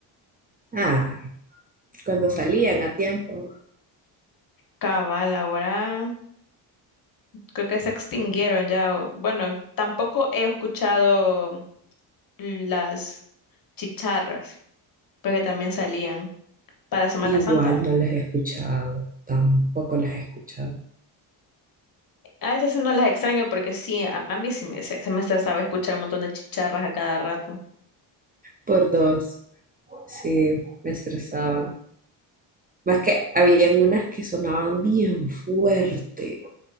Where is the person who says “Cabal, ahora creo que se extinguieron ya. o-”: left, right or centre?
Left